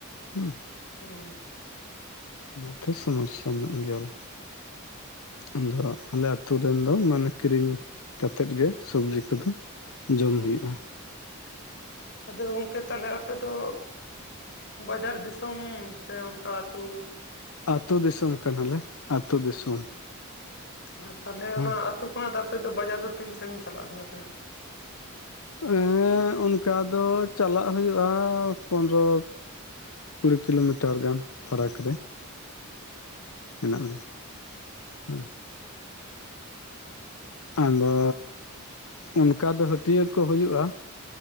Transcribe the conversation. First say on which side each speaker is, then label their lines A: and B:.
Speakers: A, on the left; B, on the left.
A: ᱦᱩᱸ
B: ᱦᱮᱸ
A: ᱚᱱᱟ ᱛᱮ ᱥᱚᱢᱚᱥᱥᱟ ᱧᱚᱜ ᱜᱮᱭᱟᱞᱮ ᱟᱫᱚ ᱟᱞᱮ, ᱟᱹᱛᱩ ᱨᱮᱱ ᱫᱚ ᱢᱟᱱᱮ ᱠᱤᱨᱤᱧ ᱠᱟᱛᱮᱜ ᱜᱮ ᱥᱚᱵᱡᱤ ᱠᱚᱫᱚ ᱡᱚᱢ ᱦᱳᱭᱳᱜᱼᱟ᱾
B: ᱟᱫᱚ ᱜᱚᱝᱠᱮ ᱛᱟᱦᱚᱞᱮ ᱟᱯᱮ ᱫᱚ, ᱵᱟᱡᱟᱨ ᱫᱤᱥᱚᱢ ᱥᱮ ᱚᱱᱠᱟ ᱟᱹᱛᱩ,
A: ᱟᱹᱛᱩ ᱫᱤᱥᱚᱢ ᱠᱟᱱᱟᱞᱮ, ᱟᱹᱛᱩ ᱫᱤᱥᱚᱢ
B: ᱟᱨ ᱛᱟᱦᱞᱮ
A: ᱦᱮᱸ
B: ᱚᱱᱟ ᱟᱹᱛᱩ ᱠᱷᱚᱱᱟᱜ ᱫᱚ ᱟᱯᱮ ᱫᱚ ᱵᱟᱡᱟᱨ ᱫᱚ ᱛᱤᱱ ᱥᱟᱺᱜᱤᱧ ᱪᱟᱞᱟᱜ ᱦᱩᱭᱟᱯᱮ᱾
A: ᱦᱮᱸ ᱚᱱᱠᱟ ᱫᱚ ᱪᱟᱞᱟᱜ ᱦᱩᱭᱩᱜᱼᱟ ᱯᱚᱱᱨᱚ, ᱠᱩᱲᱤ ᱠᱤᱞᱳᱢᱤᱴᱟᱨ ᱜᱟᱱ ᱯᱷᱟᱨᱟᱠ ᱨᱮ, ᱢᱮᱱᱟᱜ ᱞᱮ ᱦᱮᱸᱼᱼ ᱟᱫᱚ ᱚᱱᱠᱟ ᱫᱚ ᱦᱟᱹᱴᱤᱭᱟᱹ ᱠᱚ ᱦᱩᱭᱩᱜᱼᱟ᱾